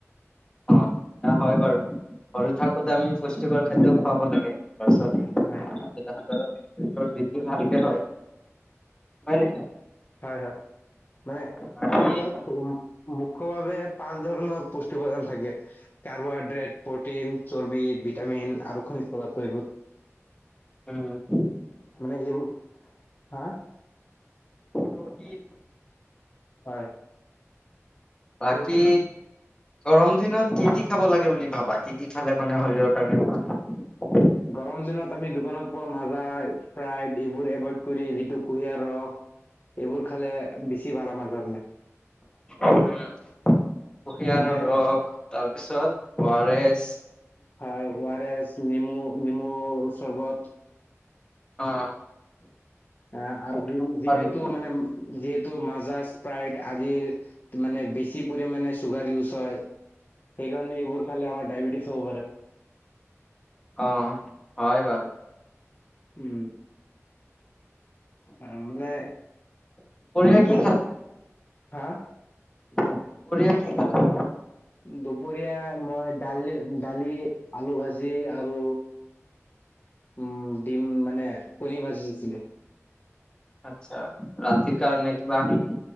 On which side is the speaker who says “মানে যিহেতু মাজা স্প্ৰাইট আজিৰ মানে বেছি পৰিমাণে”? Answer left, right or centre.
Left